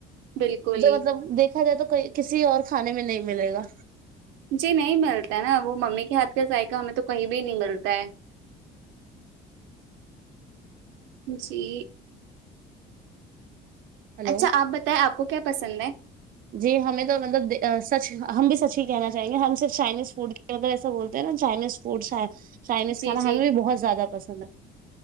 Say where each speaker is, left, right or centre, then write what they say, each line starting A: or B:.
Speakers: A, on the right; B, on the right.
A: بالکل
B: جو مطلب دیکھا جائے تو کسی اور کھانے میں نہیں ملے گا
A: جی نہیں ملتا ہے نا وہ ممی کے ہاتھ کا ذائقہ ہمیں تو کہیں بھی نہیں ملتا ہے جی
B: ہلو
A: اچھا آپ بتائیں آپ کو کیا پسند ہے
B: جی ہمیں تو مطلب سچ ہم بھی سچ ہی کہنا چاہیں گے ہم صرف چائنیز فوڈ اگر ایسا بولتے نا چائنیز فوڈ چائنیز
A: جی
B: کانا
A: جی
B: ہمیں بھی بہت زیادہ پسند ہے